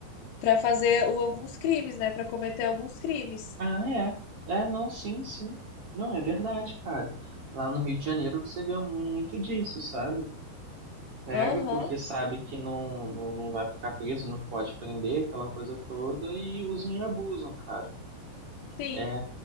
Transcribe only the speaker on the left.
para fazer o- alguns crimes, né, para cometer alguns crimes.
Aham.
Sim,